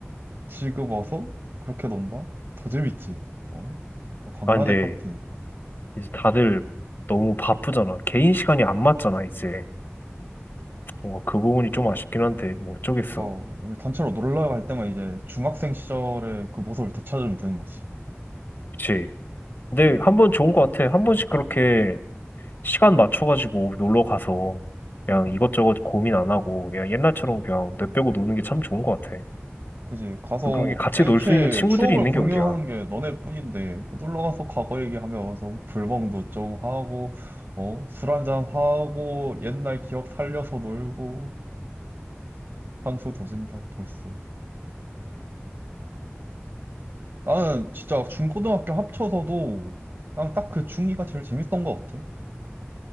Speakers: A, on the right; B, on the left.
A: 지금 와서 그렇게 논다? 더 재밌지. 어? 광란의
B: 아, 근데
A: 파티.
B: 이제 다들 너무 바쁘잖아. 개인 시간이 안 맞잖아, 이제. 뭔가 그 부분이 좀 아쉽긴 한데, 뭐 어쩌겠어.
A: 그러니까 우리 단체로 놀러 갈 때만 이제 중학생 시절의 그 모습을 되찾으면 되는 거지.
B: 그치? 근데
A: 어?
B: 한 번 좋은 것 같아. 한 번씩 그렇게 시간 맞춰가지고 놀러 가서 그냥
A: 음.
B: 이것저것 고민 안 하고 그냥 옛날처럼 그냥 내빼고 노는 게 참 좋은 것 같아.
A: 그지. 가서
B: 또 그렇게 같이
A: 애초에
B: 놀 수 있는 친구들이
A: 추억을
B: 있는
A: 공유하는
B: 게 어디야.
A: 게 너네뿐인데 뭐 놀러 가서 과거 얘기하면서 불멍도 좀 하고 어? 술 한잔 하고 옛날 기억 살려서 놀고 향수 도진다 벌써. 나는 진짜 중고등학교 합쳐서도 난 딱 그 중이가 제일 재밌던 것 같아.